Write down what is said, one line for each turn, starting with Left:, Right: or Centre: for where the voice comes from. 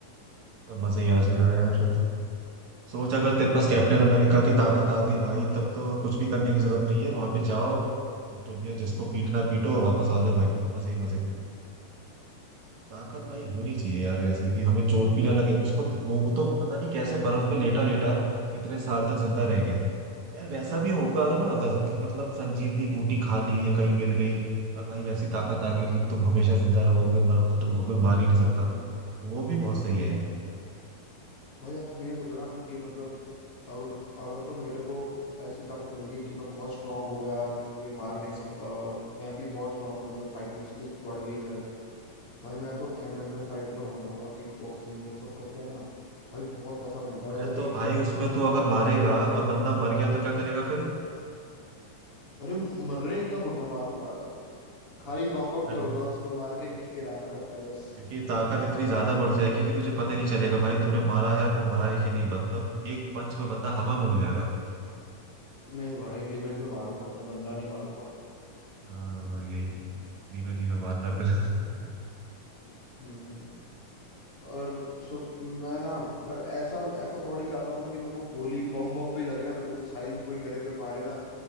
Right: अब मजा ही आ जाएगा यार फिर तो सोच अगर तेरे पास
Left: मतलब
Right: कैप्टन अमेरिका
Left: हेल्पफुल
Right: की ताकत
Left: है
Right: आ गई भाई तब तो कुछ भी करने की जरूरत नहीं है वहां पे जाओ तो दुनिया जिसको पीटना पीटो और वापस आ जाओ भाई मजे ही मजे ताकत
Left: हम्म
Right: भाई होनी चाहिए यार वैसी कि हमें चोट भी ना लगे उसको तो, वो वो तो पता नहीं कैसे बर्फ में लेटा लेटा इतने साल तक जिंदा रह गया यार वैसा भी होगा अगर ना अगर कि मतलब संजीवनी बूटी खा ली या कहीं मिल गई और भाई वैसी ताकत आ गई कि तुम हमेशा जिंदा रहोगे मर को तुमको कोई मार ही नहीं
Left: हम्म।
Right: सकता वो भी बहुत सही है यार
Left: भाई आप ये सोचो ना कि मतलब अगर अगर तो मेरे को ऐसी ताकत मिल गई कि मैं बहुत स्ट्रांग हो गया मेरे को कोई मार नहीं सकता और मैं भी बहुत स्ट्रांग हूँ मतलब फाइटिंग स्किल्स बढ़ गई मेरे में भाई मैं तो एमएमए फाइटर बन जाऊंगा किक बॉक्सिंग वो सब करते हैं ना भाई बहुत पैसा मिलता है उधर
Right: अरे तो
Left: एक
Right: भाई
Left: फाइट
Right: उसमें
Left: जीतने
Right: तू अगर
Left: का
Right: मारेगा
Left: मिलियंस
Right: और
Left: डॉलर्स
Right: बंदा
Left: मिलता
Right: मर गया
Left: है
Right: तो क्या करेगा फिर
Left: अरे मर रहे इतना थोड़ी ना मारूंगा खाली
Right: अच्छा।
Left: नॉकआउट
Right: अन-
Left: करूंगा उसको मार के नीचे गिराना रहता है बस
Right: क्योंकि ताकत इतनी ज्यादा बढ़ जाएगी कि तुझे पता ही नहीं चलेगा भाई तूने मारा है और वो मरा है कि नहीं मतलब एक पंच में बंदा हवा में उड़ जाएगा
Left: नहीं भाई लिमिट में मारूंगा इतना गंदा नहीं मारूंगा
Right: हाँ यही तो धीमे धीमे मारना फिर <laughs>
Left: हम्म और सो मैं ना और ऐसा ऐसा बॉडी चाहता हूँ ना कि मेरे को गोली बम बम भी लगे ना मेरे को मिसाइल भी कोई मेरे पे मारे ना